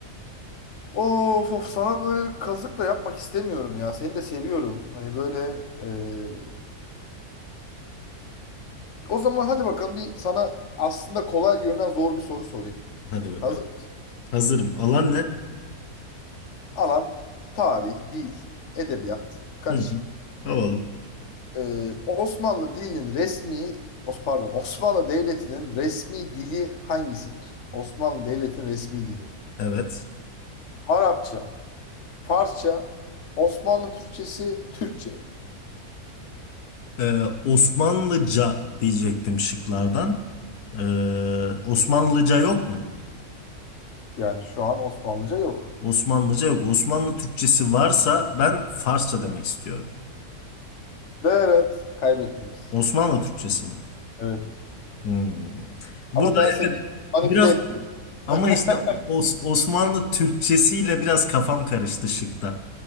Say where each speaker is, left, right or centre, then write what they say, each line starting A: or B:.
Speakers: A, on the left (about 55°); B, on the left (about 85°).
A: Of of sana böyle bir kazık da yapmak istemiyorum ya. Seni de seviyorum. Hani böyle eee, o zaman hadi bakalım bir sana aslında kolay görünen zor bir soru sorayım.
B: Hadi bakalım.
A: Hazır. mı?
B: Hazırım. Alan ne?
A: Alan tarih, dil, edebiyat karışık.
B: Hı hı. Alalım.
A: Eee, Osmanlı dilinin resmi Os pardon Osmanlı Devleti'nin resmi dili hangisidir? Osmanlı Devleti'nin resmi dili.
B: Evet.
A: Arapça, Farsça, Osmanlı Türkçesi, Türkçe.
B: Ee, Osmanlıca diyecektim şıklardan. Ee, Osmanlıca yok mu?
A: Yani şu an Osmanlıca yok.
B: Osmanlıca yok. Osmanlı Türkçesi varsa ben Farsça demek istiyorum.
A: Evet, kaybettiniz.
B: Osmanlı Türkçesi mi?
A: Evet.
B: Hmm. Burada
A: Ama ben
B: evet
A: seni manipüle
B: biraz
A: ettim.
B: ama
A: <laughs>
B: işte Os- Osmanlı Türkçesiyle biraz kafam karıştı şıkta.